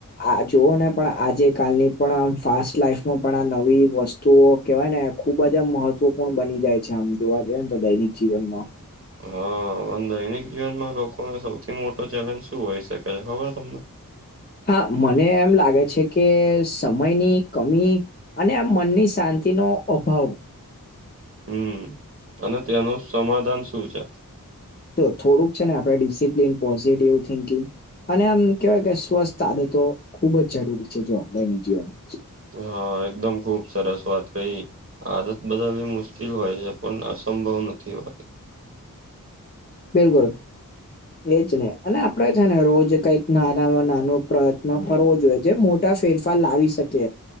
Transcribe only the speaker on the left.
આ જોુવ ને પણ આજે કલની પણ આમ ફાસ્ટ લાાઈફમાં પણ આ નવી વસ્તુઓ કેહેવાય ને- ખુબ જજ આ મહત્વપૂર્ણ બની જાય છે આમ જોવા જઈએ ને તો દૈનિક જીવનમાં-
હા મને એમ લાગે છે કે સમયની કમી- અને આમ મનની શાંતિનો અભાવ-
તો થોડુંક છે ને આપણે ડિસિપ્લિન પોઝિટિવ થિંકિંગ- અને આમ કેવાય કે સ્વસ્થ આદતો ખુબ જ જરૂરી છે. જો દૈનિક જીવન-
બિલકુલ- એજ ને અને આપડે છે ને રોજ કઈક નાનામાં નાનો પ્રયત્ન કરવો જોઈએ જે મો- મોટા ફેરફાર લાવી શકે